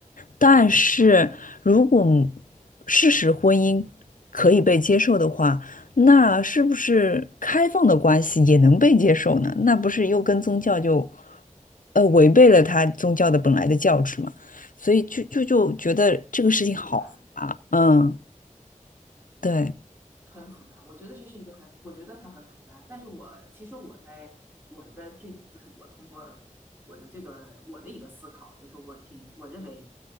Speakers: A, on the left; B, on the right.
A: 但是如果事实婚姻可以被接受的话，那是不是开放的关系也能被接受呢？那不是又跟宗教就，呃，违背了他宗教的本来的教旨吗？所以就就就觉得这个事情好复杂。
B: 对吧？
A: 嗯，对，
B: 很复杂，我觉得这是一个很，我觉得它很复杂。但是我其实我在我的最就是我通过我的这个我的一个思考，就是我挺我认为